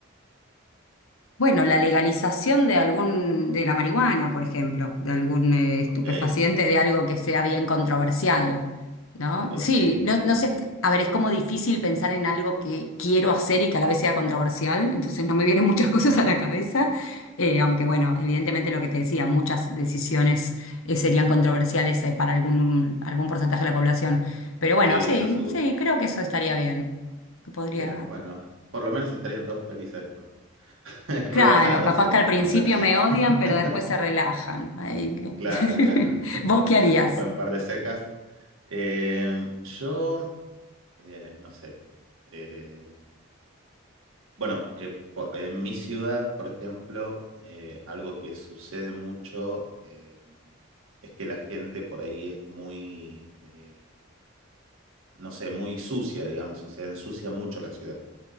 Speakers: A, on the left; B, on the right.
A: Bueno, la legalización de algún, de la marihuana, por ejemplo, de algún eh, estupefaciente,
B: Ok,
A: de algo que sea bien controversial, ¿no?
B: ok,
A: Sí,
B: ok,
A: no, no
B: ok.
A: sé, a ver, es como difícil pensar en algo que quiero hacer y que a la vez sea controversial, entonces no me vienen muchas <laughs> cosas
B: Ujú.
A: a la cabeza, eh, aunque bueno, evidentemente lo que te decía, muchas decisiones eh, serían controversiales eh, para algún, algún porcentaje de la población, pero bueno,
B: Sí,
A: sí,
B: eso seguro.
A: sí, creo que eso estaría bien, que podría...
B: Bien, bueno, por lo menos estarían todos felices después. <laughs>
A: Claro,
B: Relajados
A: capaz
B: al menos,
A: que al principio
B: no sé.
A: me odian,
B: <laughs>
A: pero después se relajan. Ahí lo-
B: Claro,
A: <laughs>
B: claro. <laughs>
A: ¿Vos qué harías?
B: Después de un par de secas. Eh, yo, eh, no sé. Eh, bueno, eh, po- en mi ciudad, por ejemplo, eh, algo que sucede mucho eh, es que la gente por ahí es muy, eh, no sé, muy sucia, digamos. O sea, ensucia mucho la ciudad.